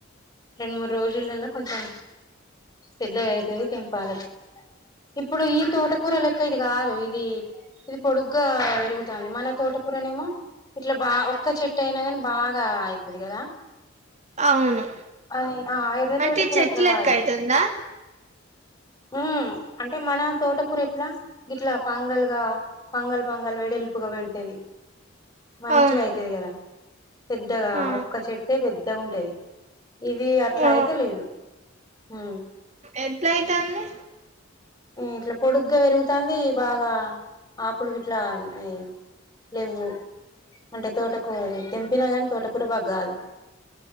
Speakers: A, on the left (about 20°); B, on the right (about 35°).
A: రెండు మూడు రోజులలా కొంచెం పెద్దగా అయితది తెంపాలే ఇప్పుడు ఈ తోటకూర లెక్క ఇది అదు ఇది ఇది పొడుగ్గా పెరుగుతుంది మన తోటకూరనేమో ఇట్లా బా ఒక్క చెట్టు అయినా కాని బాగా అయితది కదా
B: అవును
A: అని ఆ ఎర్ర
B: అంటే
A: తోటకూర
B: చెట్టు
A: అట్లా
B: లెక్క
A: కాదు
B: అయితుందా
A: ఊ అంటే మన తోటకూర ఎట్లా ఇలా పాంగల్గా పంగల్ పంగల్ వెడల్పుగా పెడితేది మంచిగా
B: అవును
A: అయితది కదా పెద్దగా
B: ఆ
A: ఒక్క చెట్టే ద్దగ ఉంటది ఇది అట్లా
B: ఆ
A: అయిత లేదు ఉ
B: ఎట్లయితాంది
A: ఇట్లా పొడుగ్గా పెరుగుతంది బాగా ఆకులు విట్లా అన్ని లేవ్వు అంటే తోటకుర తెంపిన కానీ తోట కుర బాగా కాదు